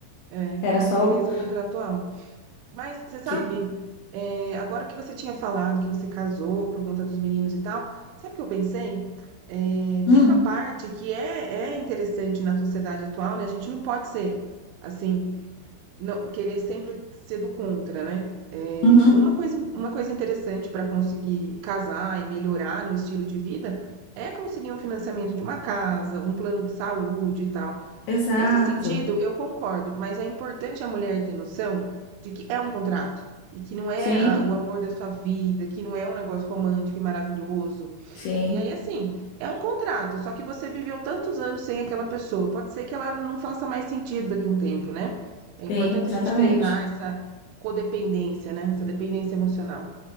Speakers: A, on the right; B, on the left.
A: É,
B: Era
A: um
B: só
A: interesse
B: o
A: contratual. Mas, você sabe,
B: que.
A: é, agora que você tinha falado que você casou por conta dos meninos e tal, sabe o que eu pensei? É,
B: Hum,
A: tem uma parte que é, é interessante na sociedade atual, né? A gente não pode ser, assim, não querer sempre ser do contra, né? É,
B: uhum,
A: uma coisa, uma coisa interessante para conseguir casar e melhorar no estilo de vida é conseguir um financiamento de uma casa, um plano de saúde e tal.
B: exato.
A: Nesse sentido, eu concordo, mas é importante a mulher ter noção de que é um contrato e que não é
B: Sim,
A: ah, o amor da sua vida, que não é um negócio romântico e maravilhoso,
B: sim,
A: e aí, assim, é um contrato, só que você viveu tantos anos sem aquela pessoa. Pode ser que ela não faça mais sentido daqui a um tempo, né? É importante
B: sim, exatamente.
A: a gente treinar essa codependência, né? Essa dependência emocional.